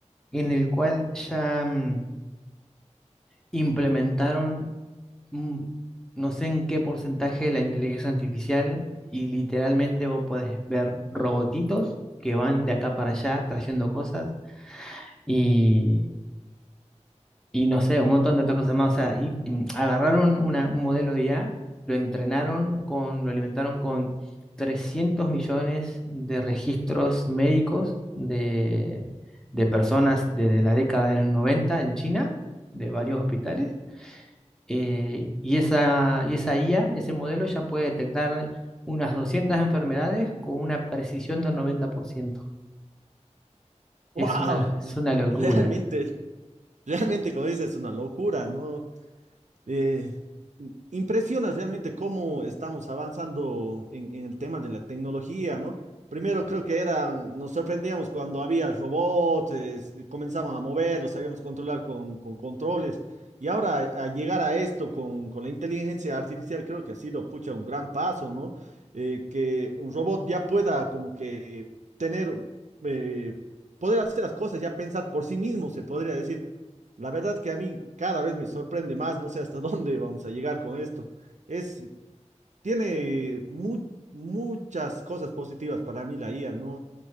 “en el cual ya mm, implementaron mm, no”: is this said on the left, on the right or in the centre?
Centre